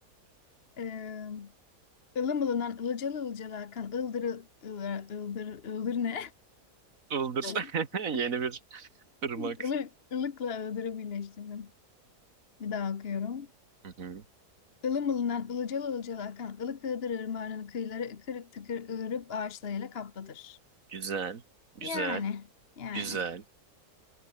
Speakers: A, on the left (about 45°); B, on the right (about 55°).
A: Ee, ılım ılınan ılıcalı ılıcalı akan ıldır ıldır ıldır ıldır ne?
B: Ildır.
A: <laughs>
B: <laughs> Yeni bir ırmak.
A: Ilık, ılıkla ıldırı birleştirdim. Bir daha okuyorum.
B: Hı hı.
A: Ilım ılınan ılıcalı ılıcalı akan ılık ığdır ırmağının kıyıları kırık tıkır ığırıp ağaçlarıyla kaplıdır.
B: Güzel, güzel.
A: Yani yani.
B: Güzel.